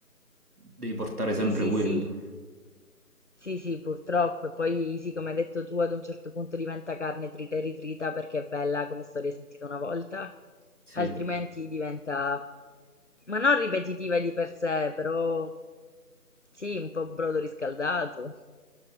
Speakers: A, on the right; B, on the left.
A: devi portare
B: Sì,
A: sempre
B: sì,
A: quello.
B: sì. Sì, sì, purtroppo. E poi, sì, come hai detto tu, ad un certo punto diventa carne trita e ritrita perché è bella come storia sentita una volta,
A: Sì.
B: altrimenti diventa, ma non ripetitiva di per sé, però sì, un po' brodo riscaldato.